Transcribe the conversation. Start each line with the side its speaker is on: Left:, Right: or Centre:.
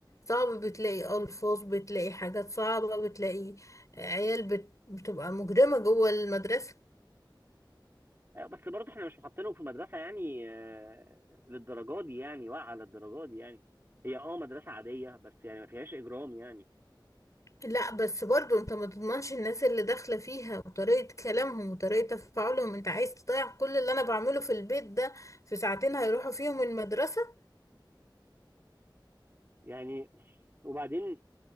Left: صعب بتلاقي ألفاظ بتلاقي حاجات صعبة بتلاقي عيال بت... بتبقى مجرمة جوه المدرسة
Right: آه، بس برضه احنا مش محطينهم في مدرسة يعني آه، للدرجة دي يعني واقعة للدرجة دي يعني هي اه مدرسة عادية بس يعني ما فيهاش إجرام يعني
Left: لا بس برضو انت ما تضمنش الناس اللي داخلة فيها وطريقة كلامهم وطريقة تفاعلهم انت عايز تضيع كل اللي انا بعمله في البيت ده في ساعتين هيروحوا فيهم المدرسة
Right: يعني وبعدين